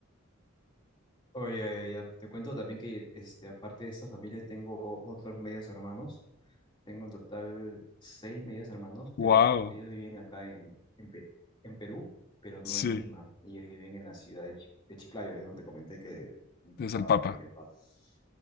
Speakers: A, on the left; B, on the left.
A: Oye, ya, ya, ya. Te cuento también que este, aparte de esta familia, tengo otros medios hermanos. Tengo en total seis medios hermanos,
B: Wow,
A: pero ellos viven acá en, en, Pe- en Perú, pero no
B: sí,
A: en Lima. Ellos viven en la ciudad de, Chi- de Chiclayo, ahí donde te comenté que mi papá,
B: es el Papa.
A: donde vive el papá. Es-